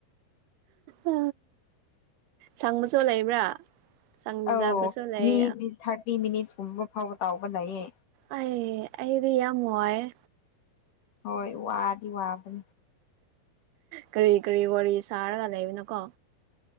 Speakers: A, on the right; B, on the left.
A: ꯑ ꯁꯪꯕꯁꯨ ꯂꯩꯕ꯭ꯔꯥ ꯁꯪꯗꯕꯁꯨ
B: ꯑꯧ
A: ꯂꯩ
B: ꯃꯤꯗꯤ ꯊꯥꯔꯇꯤ ꯃꯤꯅꯤꯠꯁꯀꯨꯝꯕ ꯐꯥꯎꯕ ꯇꯧꯎꯕ ꯂꯩꯌꯦ
A: ꯑ ꯑꯩꯗꯤ ꯌꯥꯝꯝ ꯋꯥꯏꯌ‌ꯦ
B: ꯍꯣꯏ ꯋꯥꯗꯤ ꯋꯥꯕꯅꯤ
A: ꯀꯔꯤ ꯀꯔꯤ ꯋꯥꯔꯤ ꯁꯥꯔꯒ ꯂꯩꯕꯅꯣꯀꯣ